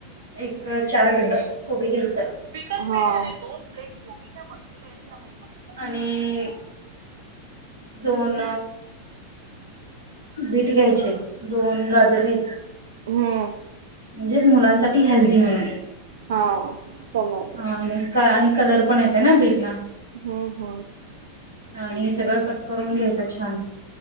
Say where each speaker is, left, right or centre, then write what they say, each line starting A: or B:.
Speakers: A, on the right; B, on the right.
A: एक चार गड्ड कोबी घ्यायचय.
B: हा.
A: आणि दोन. बीट घ्यायचे दोन गाजर घ्यायचे.
B: हम्म.
A: म्हणजे मुलांसाठी हेल्दी म्हणून.
B: हा सम.
A: हा आणि आणि कलर पण येतय ना बीट ना.
B: हम्म हम्म.
A: आणि हे सगळं कट करून घ्यायचं छान.